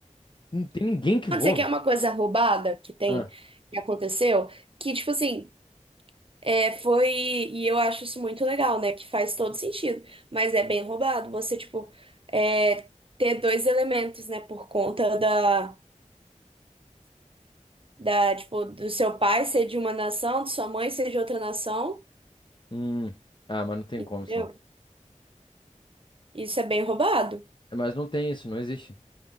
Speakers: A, on the left; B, on the right.
A: não tem ninguém que voa,
B: Mas isso aqui
A: velho.
B: é uma coisa roubada que tem,
A: Ah,
B: que aconteceu, que, tipo assim. É, foi. E eu acho isso muito legal, né? Que faz todo sentido. Mas é bem roubado você, tipo, é, ter dois elementos, né? Por conta da, da, tipo, do seu pai ser de uma nação, de sua mãe ser de outra nação.
A: hum. Ah, mas não tem
B: Entendeu?
A: como isso não.
B: Isso é bem roubado.
A: É, Mas não tem isso, não existe.